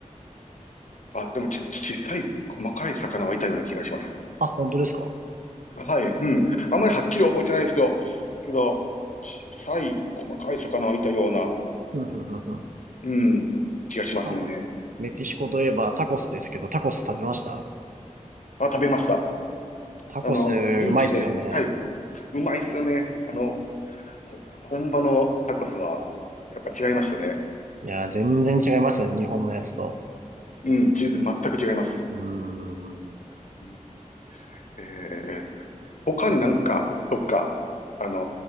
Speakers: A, on the left; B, on the right.
A: あ、でもち、小さい、細かい魚はいたような気がします。
B: あ、本当ですか
A: はい。うん。あんまりはっきり覚えてないですけど、けど、小さい、細かい魚はいたような、
B: う <laughs> ん、うん、うん、うん。
A: うん、気がしますね。
B: あ、メキシコといえばタコスですけど、タコス食べました
A: あ、食べました。
B: タコス、
A: あの、
B: うまいっすよね。
A: ビーチで、はい。うまいっすよね。あの、ほ本場のタコスは、やっぱ違いましたね。
B: いやー、全然違いますね、日本のやつと。
A: うん、チーズ全く違います。
B: うーん。
A: うんえー、他になんか、どっか、あの